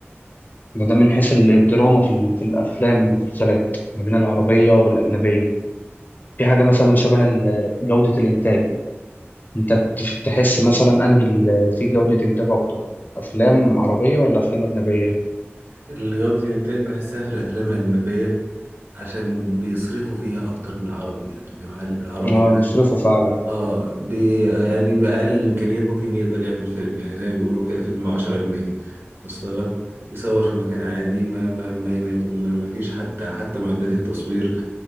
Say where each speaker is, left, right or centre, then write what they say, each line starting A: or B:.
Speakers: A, on the left; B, on the right.
A: ده ده من حيث الدراما في ال- في الافلام والمسلسلات ما بين العربيه والاجنبيه في حاجة مثلا شبه ال- جودة الإنتاج أنت تف- تحس مثلا أنهي ال- في جودة إنتاج أكتر أفلام عربية ولا أفلام أجنبية؟
B: الجودة الإنتاج بحسها في الأفلام الأجنبية عشان بيصرفوا فيها أكتر من العربي يعني الجماعة اللي في العربي
A: آه
B: هنا
A: بيصرفوا فعلا
B: اه بي يعني بأقل الإمكانيات ممكن يقدر يعمل فيلم يعني زي ما بيقولوا كده فيلم بعشرة جنيه واصل لك يصور في مكان عادي ما ما ما ما, ما ما فيش حتى حتى معدات التصوير